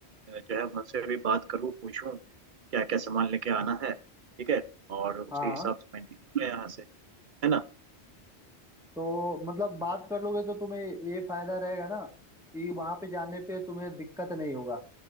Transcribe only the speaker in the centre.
हाँ
तो मतलब बात कर लोगे तो तुम्हें ये फायदा रहेगा ना कि वहां पे जाने पे तुम्हें दिक्कत नहीं होगा